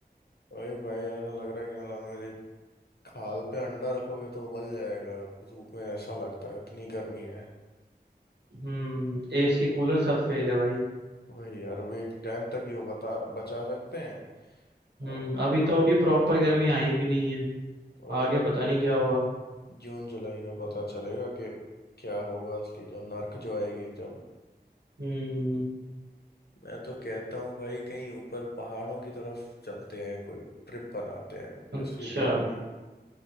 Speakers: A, on the left; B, on the right.
A: वही भाई ऐसा लग रहा है कि मतलब मेरी खाल पे अंडा रखोगे तो उबल जाएगा धूप में ऐसा लगता है इतनी गर्मी है
B: हम्म एसी कूलर सब फेल है भाई
A: वही यार अभी एक टाइम तक ही वो बता बचा सकते हैं
B: हम्म
A: अब
B: अभी तो अभी प्रॉपर गर्मी आई भी नहीं है
A: वही
B: आगे पता नहीं क्या होगा
A: जून जुलाई का पता चलेगा कि क्या होगा असली जो नर्क जो आएगी जब
B: हम्म
A: मैं तो कहता हूँ भाई कहीं ऊपर पहाड़ों की तरफ चलते हैं कोई ट्रिप बनाते हैं
B: अच्छा
A: इस वीकेंड की